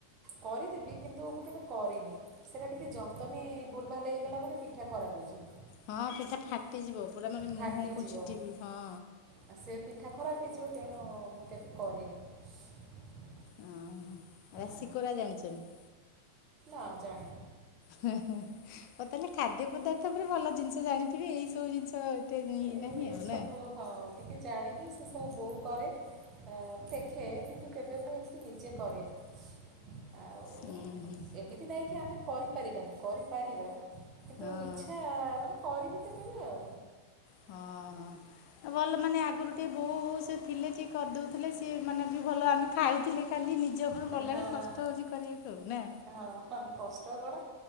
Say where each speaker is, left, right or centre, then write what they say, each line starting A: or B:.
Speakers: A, on the right (about 30°); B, on the left (about 45°).
A: କରିଦେବି କିନ୍ତୁ ମୁଁ କେବେ କରିନି ସେଇଟା ଟିକେ ଯନ୍ତନୀ ଭୁଲ ଭାଲ୍ ହେଇଗଲା ମାନେ ପିଠା ଖରାପ ହେଇଯିବ।
B: ହଁ ପିଠା ଫା ଫାଟିଯିବ ପୁରା ମାନେ ମୁହଁକୁ
A: ଫାଟିଯିବ।
B: ଛିଟିବି ହଁ
A: ଆଉ ସେ ପିଠା ଖରାପ ହେଇଯିବ ତେଣୁ ମୁଁ କେବେ କରିନି।
B: ହଁ ରାଶିକୋରା
A: ଆ
B: ଜାଣିଛନ୍ତି?
A: ହଁ ଜାଣେ।
B: ହଉ ତାହେଲେ ଖାଦ୍ୟ ପଦାର୍ଥ ଉପରେ ଭଲ ଜିନିଷ ଜାଣିଥିବେ ଏଇ ସବୁ ଜିନିଷ ଏତେ ଇଏ
A: ଏ
B: ନାହିଁ ଆଉ
A: ସବୁ
B: ନା
A: ହଁ ଟିକେ ଜାଣିନି ସେ ହଁ ବୋଉ କରେ ମୁଁ ଦେଖେ କିନ୍ତୁ କେବେ ମୁଁ ଏମିତି ନିଜେ କରେନି। ଆଉ
B: ହଁ
A: ଏମିତି ନାହିଁ କି ଆମେ କରିପାରିବାନି କରିପାରିବା। କିନ୍ତୁ
B: ହଁ
A: ଇଚ୍ଛା ମାନେ କରିବି ତ କେବେ ଆଉ।
B: ହଁ ହଁ ଭଲ ମାନେ ଆଗରୁ ଟିକେ ବୋଉ ସେ ଥିଲେ ସେ କରିଦଉଥିଲେ ସିଏ ମାନେ ବି ଭଲ ଆମେ ଖାଉଥିଲେ ଖାଲି ନିଜ ଉପରୁ
A: ହଁ
B: ପଡିଲା ବେଳକୁ କଷ୍ଟ ହଉଛି କରିବାକୁ ଆଉ ନା।
A: ହଁ ହଁ କଷ୍ଟ କଣ